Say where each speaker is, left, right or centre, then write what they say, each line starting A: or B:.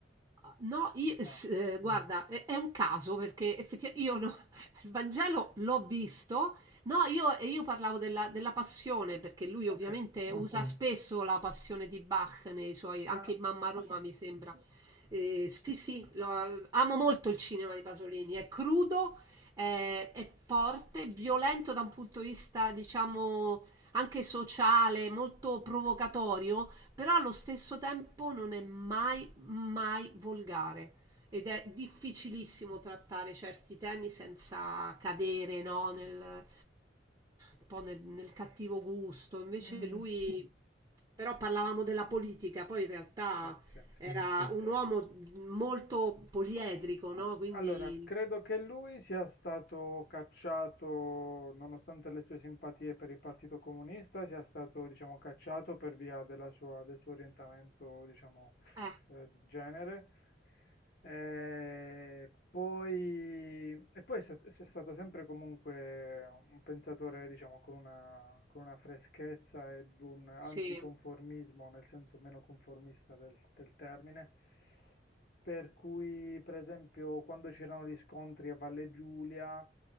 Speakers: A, on the right; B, on the left.
A: No, io,
B: No,
A: s- eh, guarda, è, è un caso perché effettivamente io no- <laughs> il Vangelo l'ho visto, no, io, e io parlavo della, della passione perché lui ovviamente
B: ok.
A: usa Ok. spesso la passione di Bach nei suoi, anche
B: Ah,
A: in Mamma
B: ok.
A: Roma mi sembra. Eh, sì, sì, lo- amo molto il cinema di Pasolini, è crudo, è, è forte, violento da un punto di vista, diciamo, anche sociale, molto provocatorio però allo stesso tempo non è mai, mai volgare ed è difficilissimo trattare certi temi senza cadere, no, nel, un po' nel, nel cattivo gusto. Invece
B: Mm,
A: lui, però parlavamo della politica, poi in realtà
B: sì, sì.
A: era un uomo molto poliedrico, no? Quindi,
B: Allora, credo che lui sia stato cacciato, nonostante le sue simpatie per il Partito Comunista, sia stato, diciamo, cacciato per via della sua- del suo orientamento, diciamo,
A: eh,
B: eh, di genere. E poi, e poi se- se è stato sempre comunque un pensatore, diciamo, con una, con una freschezza ed un anticonformismo,
A: sì.
B: nel senso meno conformista del, del termine. Per cui, per esempio, quando c'erano gli scontri a Valle Giulia,